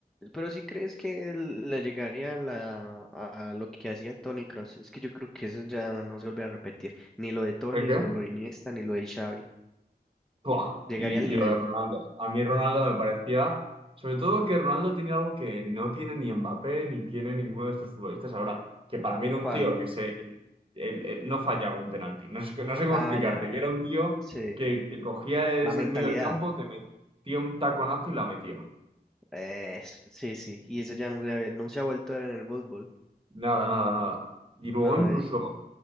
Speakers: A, in the centre; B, on the right.
A: pero sí crees que él le llegaría a, la, a lo que hacía Tony Cross. Es que yo creo que eso ya no se vuelve a repetir. Ni lo de Tony,
B: ¿El qué?
A: ni lo de Iniesta, ni lo de Xavi.
B: Buah,
A: Llegaría
B: Y,
A: al nivel.
B: y lo de Ronaldo. A mí Ronaldo me parecía, sobre todo que Ronaldo tiene algo que no tiene ni Mbappé ni tiene ninguno de estos futbolistas ahora, que para mí era un
A: ¿Cuál?
B: tío que se, el- el- el- no fallaba un penalti. No sé, no sé cómo
A: Ah,
B: explicarte,
A: ya,
B: que era un tío
A: sí.
B: que te cogía desde
A: La mentalidad.
B: el medio del campo, te metía un taconazo y la metía.
A: Eh, sí, sí. Y eso ya no se, ha- no se ha vuelto a ver en el fútbol.
B: Nada, nada, nada. Y luego
A: No,
B: incluso
A: y,